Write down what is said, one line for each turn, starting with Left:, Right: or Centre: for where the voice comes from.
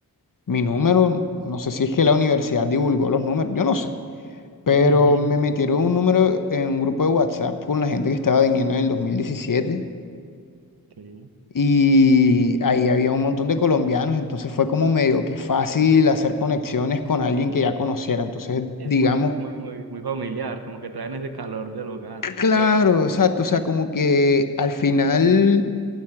Left: mi número, no sé si es que la universidad divulgó los números, yo no sé, pero
Right: <laughs>
Left: me metieron un número en un grupo de WhatsApp con la gente que estaba viniendo en el 2017
Right: Sí.
Left: y ahí había un montón de colombianos, entonces fue como medio que fácil hacer conexiones con alguien que ya conociera. Entonces,
Right: Es
Left: digamos,
Right: muy, muy, muy, muy familiar, como que traen ese calor del hogar,
Left: claro,
Right: ¿cierto?
Left: exacto, o sea, como que al final